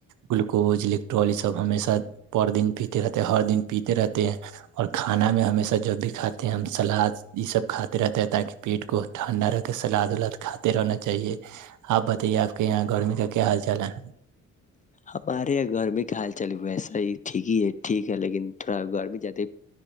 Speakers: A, on the right; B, on the left.
A: گلوکوز الیکٹرول یہ سب ہمیشہ پر دن پیتے رہتے ہیں ہر دن پیتے رہتے ہیں اور کھانا میں ہمیشہ جب بھی کھاتے ہم سلاد یہ سب کھاتے رہتے ہیں تاکہ پیٹ کو ٹھنڈا رہ کے سلاد ولاد کھاتے رہنا چاہیے آپ بتائیے آپ کے یہاں گرمی کا کیا حال چال ہے
B: ہمارے یہاں گرمی کا حال چل ویسا ہی ٹھیک ہی ہے ٹھیک ہے لیکن تھوڑا گرمی زیادہ